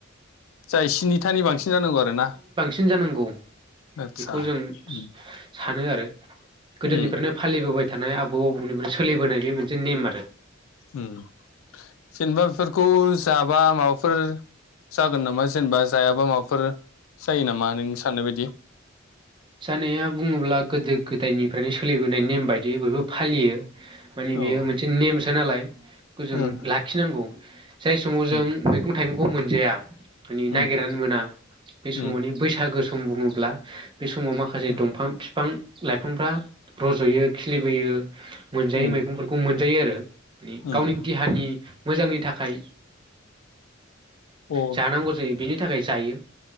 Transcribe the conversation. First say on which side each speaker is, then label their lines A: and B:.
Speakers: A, on the left; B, on the right.
A: जाय स्निथानि बांसिन जानांगौ आरो ना
B: सिन जानांगौ
A: आदसा
B: बेखौ जों
A: उम
B: सानो आरो गोदोनिफ्रायनो
A: उम
B: फालिबोबाय थानाय आबौ आबौनिफ्राय सोलिबोनाय बे मोनसे नेम आरो
A: जेनेबा बेफोरखौ जाबा माबाफोर जागोन नामा जेनेबा जायाबा माबाफोर जायो नामा नों साननाय बायदि
B: जानाया बुङोब्ला गोदो गोदायनिफ्रायनो सोलिबोनाय नेम बायदि बयबो फालियो माने बेयो
A: औ
B: मोनसे नेमसो नालाय जों
A: ओ
B: लाखिनांगौ जाय समाव जों
A: उम
B: मैगं थाइगंखौ मोनजाया माने नागिरनानै
A: उम
B: मोना बे
A: उम
B: समावनो बैसागो सम बुङोब्ला बे समाव माखासे
A: उम
B: दंफां बिफां लाइफांफ्रा रज'यो खिलिबोयो मोनजायै
A: उम
B: मोन मैगंफोरखौ मोनजायो आरो माने
A: उम
B: गावनि देहानि मोजांनि थाखाय
A: अ
B: जानांगौ जायो बेनि थाखाय जायो